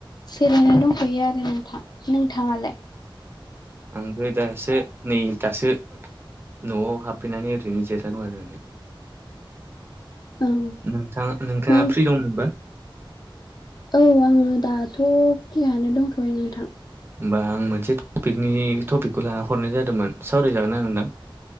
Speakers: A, on the left; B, on the right.
A: सोलायना दंथ'यो आरो नोंथां। नोंथाङालाय?
B: आंबो दासो नै दासो न'आव हाबफैनानै ओरैनो जिरायना दं आरो नों
A: ओं
B: नोंथां नोंथाङा
A: मा
B: फ्रि दंङमोनबा?
A: औ आंङो दाथ' फ्रियानो दंथ'यो नोंथां।
B: होमबा आं मोनसे टपिकनि टपिकखौ लाना हरनाय जादोंमोन सावरायजागोना नोंदा